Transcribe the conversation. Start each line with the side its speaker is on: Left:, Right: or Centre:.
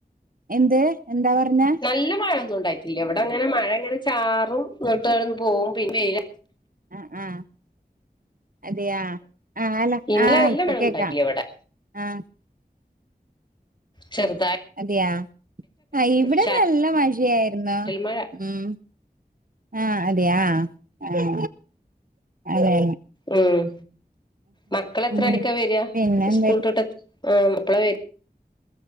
Right: എന്ത് എന്താ പറഞ്ഞെ
Left: നല്ല മഴൊന്നും ഇണ്ടായിട്ടില്ല ഇവടെ അങ്ങനെ മഴ ഇങ്ങനെ ചാറും ഇങ്ങട്ട്ന്ന് പോവും പിന്നെ വെയില
Right: ആഹ് ആഹ് അതയാ ആഹ് അല്ല
Left: ഇന്നലെ
Right: ആഹ്
Left: നല്ല
Right: ഇപ്പ
Left: മഴ
Right: കേക്കാം
Left: ഒന്നും ഉണ്ടായിട്ടില്ല ഇവിടെ
Right: ആഹ്
Left: ചെറ്തായ്
Right: അതെയാ ആഹ് ഇവിടെ
Left: ചാറ്റൽ
Right: നല്ല മഴയായിരുന്നു
Left: മഴ
Right: ഉം ആഹ് അതെയാ ആഹ് ആഹ് അതെ
Left: ഉം മക്കള എത്രണിക്കാ
Right: ഉം
Left: വര്യാ
Right: പിന്നെ എന്ത
Left: സ്കൂൾട്ട്ട്ട് ആഹ് മ എപ്പ്ളാ വര്